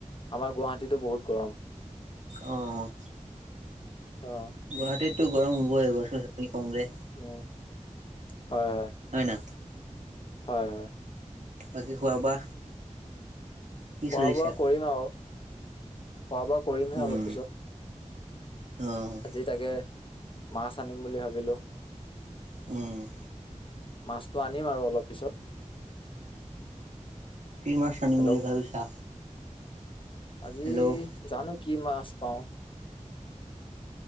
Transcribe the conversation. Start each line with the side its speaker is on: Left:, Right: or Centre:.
Left: আমাৰ গুৱাহাটীতো বহুত গৰম।
Right: অ অ
Left: অ'।
Right: গুৱাহাটীতো গৰম হ'বই, গছ - গছনি কম যে।
Left: উ হয় হয়।
Right: হয় না।
Left: হয় হয়।
Right: বাকী খোৱা বোৱা কি
Left: খোৱা
Right: চলিছে?
Left: বোৱা কৰিম আৰু খোৱা বোৱা কৰিমহে
Right: উম,
Left: অলপ পিছত
Right: অ',
Left: আজি তাকে মাছ আনিম বুলি ভাবিলো।
Right: উম
Left: মাছটো আনিম আৰু অলপ পিছত।
Right: কি মাছ আনিম
Left: হেল্ল'
Right: বুলি ভাবিছা?
Left: আজি
Right: হেল্ল'
Left: জানো কি মাছ পাওঁ।